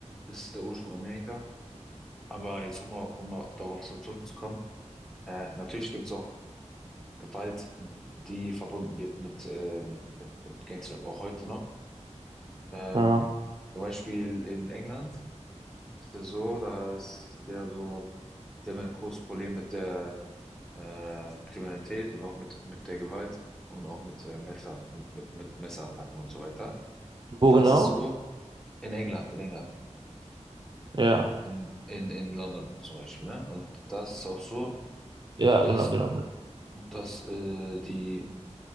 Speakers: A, in the centre; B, on the right.
A: ist der Ursprung Amerika. Aber jetzt nochmal, um mal darauf so zurückzukommen. Äh, natürlich gibt's auch Gewalt, die verbunden wird mit, äh, mit, mit, mit Gangsterrap, auch heute noch. Ähm,
B: Ja.
A: zum Beispiel in England ist ja so, da ist ja so, die haben ja ein großes Problem mit der äh, Kriminalität und auch mit, mit der Gewalt und auch mit äh, Messer, mit, mit, mit Messerattacken und so weiter. Und
B: Wo
A: das
B: genau?
A: ist so in England, in England,
B: Ja,
A: in, in, in London zum Beispiel, ne? Und das ist auch so,
B: ja,
A: dass,
B: genau, genau.
A: dass äh, die